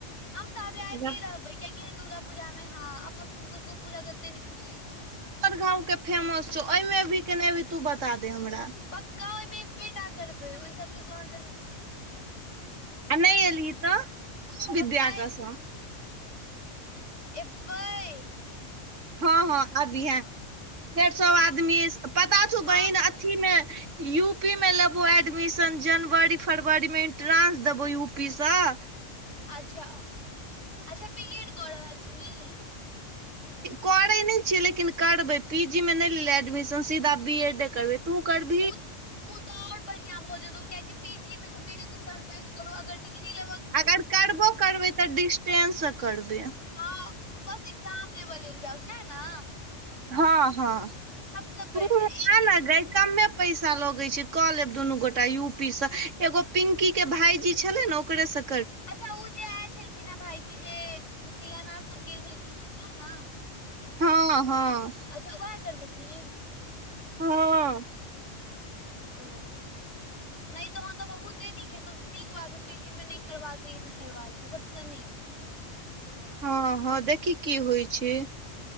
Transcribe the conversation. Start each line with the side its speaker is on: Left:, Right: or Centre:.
Left: हम तब
Right: अ।
Left: बै कियाकि दुर्गा पूजामे हँ, अपन सभके दुर्गो पूजा कते नीक मनायल जाइ छै।
Right: गामके फेमस छौ, हिमे एबहि कि नहि तू बता दे हमरा।
Left: पक्का ओहिमे एबेटा करबै ओहि सभके कोनो
Right: आ नै एलेहि तऽ खो, दिव्या
Left: पक्का
Right: कसम।
Left: एबेए।
Right: हँ-हँ, आबहीए छै, फेर सभ आदमी पता छै
Left: हँ
Right: बहिन, अथीमे। यू पी मे लेबो एडमिशन जनवरी फरवरीमे इंट्रंस देबौ यू पी सऽ
Left: अच्छा, अच्छा, बी एड कऽ रहल छी?
Right: करे नहि छियै, लेकिन करबै पी जी मे नहि लेले एडमिशन सीधा बी एड करबे, तू करब?
Left: ओ, ओ त आओर बढ़ियां भऽ जेतौ कियाकि पी जी झेथेके दू साल वस्ते करो अगर डिग्री ले।
Right: अगर करबो, करबै तऽ डिस्टेंस करबै।
Left: हँ, बस ए्जाम देब लेल जाउस है ने।
Right: हँ, हँ,
Left: सबसँ
Right: तू
Left: बेस्ट ई
Right: आ
Left: जे
Right: ने गै कम्मे पैसा लगे छै, कऽ लेब दुनू गोटा यू पी से एगो पिंकी के भाईजी छले ने ओकरेसँ
Left: अच्छा, ओ जे आयल छलखिन हे भाईजी जे ओशिलानाथ सभ गेल छलखिन हे सह ने?
Right: हँ हँ।
Left: अच्छा उएह करबेथिन?
Right: हँ।
Left: ओ। नहि तहन तऽ बहुते नीक हेतौ नीक बात पी जी मे नहि करबाक एहि करबा लेब सभसँ नीक।
Right: हँ, हँ। देखि की होइ छै।